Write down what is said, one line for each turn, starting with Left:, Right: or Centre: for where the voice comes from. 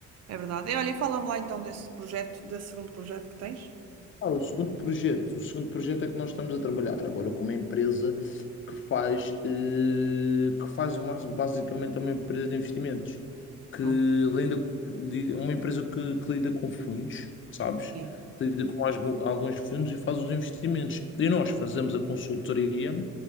Right: É verdade. E olha, e fala-me lá então desse projeto, desse segundo projeto que tens.
Left: Ah, o segundo projeto, o segundo projeto é que nós estamos a trabalhar agora com uma empresa que faz, eh, que faz mas- basicamente uma empresa de investimentos, que
Right: Ok.
Left: lida, lida- uma empresa que, que lida com fundos, sabes?
Right: Sim.
Left: Que lida com asgo- alguns fundos e faz os investimentos. E nós fazemos a consultoria